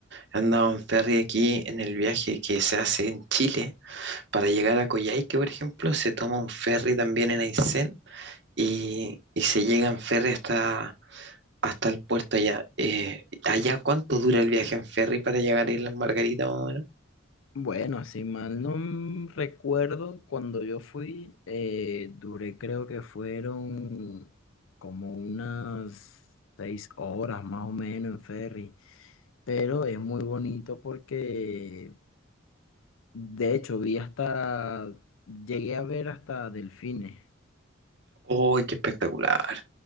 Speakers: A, on the right; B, on the left.
A: Andaban ferry aquí en el viaje que se hace en Chile para llegar a Coyhaique, por ejemplo, se toma un ferry también en Aysén y, y se llega en ferry hasta, hasta el puerto allá. Eh, ¿allá cuánto dura el viaje en ferry para llegar a Islas Margarita, más o menos?
B: Bueno, si mal no m- recuerdo, cuando yo fui, eh, duré creo que fueron como unas seis horas más o menos en ferry, pero es muy bonito porque de hecho vi hasta, llegué a ver hasta delfines.
A: ¡Oh, qué espectacular!